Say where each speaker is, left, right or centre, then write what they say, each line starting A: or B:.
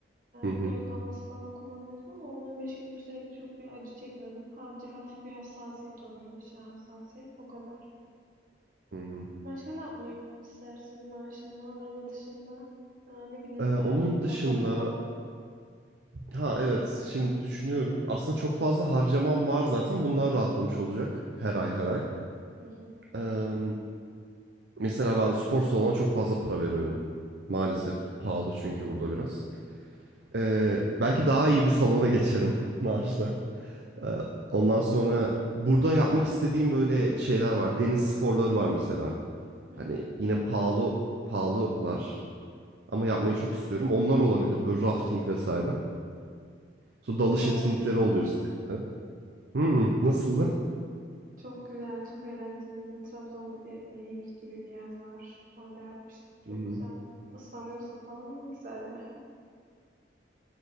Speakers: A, on the right; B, on the right.
A: Hı hı.
B: E, göz damlası falan kullanıyorsun ama on 15 günlük sürede çok bir acı çekmiyorsun. Sadece hafif bir hassasiyet oluyor. Aşağı hassasiyet. O kadar.
A: Hı hı.
B: Başka ne yapmayı istersin? Maaşınla, araba dışında. Ya ne bileyim
A: E, onun
B: her ay şunu
A: dışında
B: yaparım falan.
A: Ha evet şimdi düşünüyorum. Aslında çok fazla harcamam var zaten. Bunlar rahatlamış olacak her ay her ay.
B: Hı hı.
A: Eee, mesela ben spor salonuna çok fazla para veriyorum. Maalesef
B: Hı hı.
A: pahalı çünkü burada biraz. Eee, belki daha iyi bir salona geçerim <laughs> maaşla. Eee, ondan sonra burada yapmak istediğim böyle şeyler var. Deniz sporları var mesela.
B: Hı
A: Hani
B: hı.
A: yine pahalı pahalılar ama yapmayı çok istiyorum. Onlar olabilir böyle rafting vesaire. Sonra dalış
B: Ben
A: etkinlikleri
B: rafting yapmıştım.
A: oluyor sürekli. Hmm, nasıldı?
B: Çok güzel, çok eğlenceliydi. Trabzon'da bir nehir gibi bir yer var. Orada yapmıştık. Çok
A: Hı hı.
B: güzeldi. Islanıyorsun falan ama güzel ya.